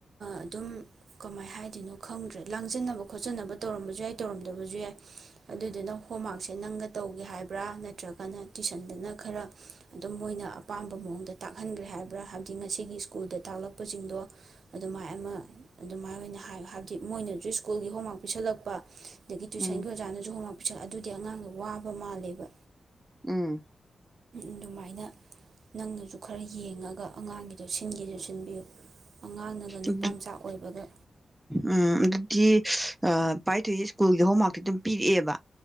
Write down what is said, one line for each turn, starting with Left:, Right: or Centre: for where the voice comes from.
Right: ꯑꯗꯨꯝ ꯀꯃꯥꯏ ꯍꯥꯏꯗꯣꯏꯅꯣ ꯈꯪꯗ꯭ꯔꯦ ꯂꯥꯡꯖꯟꯅꯕ ꯈꯣꯠꯆꯟꯅꯕ ꯇꯧꯔꯝꯕꯁꯨ ꯌꯥꯏ ꯇꯧꯔꯝꯗꯕꯁꯨ ꯌꯥꯏ ꯑꯗꯨꯗꯨꯅ ꯍꯣꯝꯋꯔꯛꯁꯦ ꯁꯦ ꯅꯪꯒ ꯇꯧꯒꯦ ꯍꯥꯏꯕ꯭ꯔꯥ ꯅꯠꯇ꯭ꯔꯒꯅ꯫ꯇꯨꯏꯁꯟꯗꯅ ꯈꯔ ꯑꯗꯨꯝ ꯃꯣꯏꯅ ꯑꯄꯥꯝꯕ ꯃꯑꯣꯡꯗ ꯇꯥꯛꯍꯟꯈ꯭ꯔꯦ ꯍꯥꯏꯕ꯭ꯔꯥ ꯍꯥꯏꯕꯗꯤ ꯉꯁꯤꯒꯤ ꯁ꯭ꯀꯨꯜꯗ ꯇꯥꯛꯂꯛꯄꯁꯤꯡꯗꯣ ꯑꯗꯨꯃꯥꯏ ꯑꯃ ꯑꯗꯨꯃꯥꯏ ꯑꯣꯏꯅ ꯍꯥꯏ ꯍꯥꯏꯕꯗꯤ ꯃꯣꯏꯅꯁꯨ ꯁ꯭ꯀꯨꯜꯒꯤ ꯍꯣꯡꯋꯥꯔꯀ ꯄꯤꯁꯤꯜꯂꯛꯄ ꯑꯗꯒꯤ ꯇꯨꯏꯁꯟꯒꯤ
Centre: ꯎꯝ
Right: ꯑꯣꯖꯥꯅꯁꯨ ꯍꯣꯝꯋꯔꯀ <unintelligible> ꯑꯗꯨꯗꯤ ꯑꯉꯥꯡꯅ ꯋꯥꯕ ꯃꯥꯜꯂꯦꯕ
Centre: ꯎꯝ
Right: ꯑꯗꯨꯃꯥꯏꯅ ꯅꯪꯅꯁꯨ ꯈꯔ ꯌꯦꯡꯉꯒ ꯑꯉꯥꯡꯒꯤꯗꯣ ꯁꯤꯟꯒꯦꯁꯨ ꯁꯤꯟꯕꯤꯌꯨ ꯑꯉꯥꯡꯅꯒ ꯅꯨꯄꯥ
Centre: ꯑꯗꯨ
Right: ꯃꯆꯥ ꯑꯣꯏꯕꯒ
Centre: ꯎꯝ ꯇꯤ ꯄꯥꯔꯤꯊꯣꯛꯏ ꯁ꯭ꯀꯨꯜꯒꯤ ꯍꯣꯝꯋꯥꯔꯛꯇꯤ ꯑꯗꯨꯝ ꯄꯤꯔꯛꯑꯦꯕ